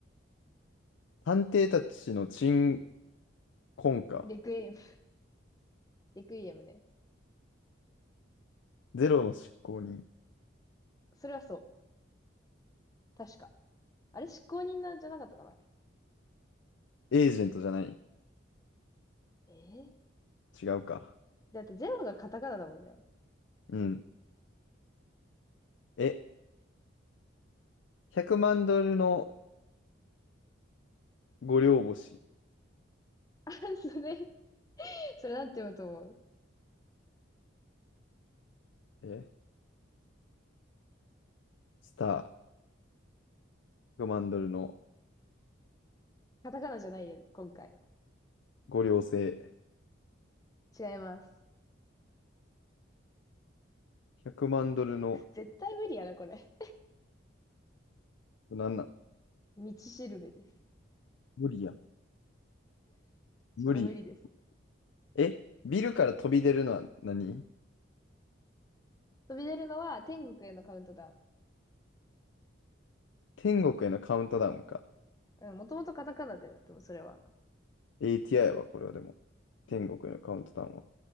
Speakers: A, on the left; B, on the left.
A: 探偵たちの鎮魂歌。
B: レクイエム。<laughs> レクイエムね。
A: ゼロの執行人。
B: それはそう。確か。あれ、執行人なんじゃなかったかな
A: エージェントじゃない。
B: えー
A: 違うか。
B: だってゼロがカタカナだもんね。
A: うん。え、100万ドルのご両星。
B: <laughs> あ、それ、それなんて読むと思う
A: え、スター。100万ドルの
B: カタカナじゃないよ、今回。
A: ご両星。
B: 違います。
A: 100万ドルの、
B: 絶対無理やな、これ。
A: なんなん
B: 道しるべです。
A: 無理やん。無理やん。
B: ちょっと無理です。
A: えビルから飛び出るのは何
B: 飛び出るのは天国へのカウントダ
A: 天国へのカウントダウンか。
B: ウン。うん、もともとカタカナだよね、でもそれは。
A: ATI はこれはでも。天国へのカウントダウンは。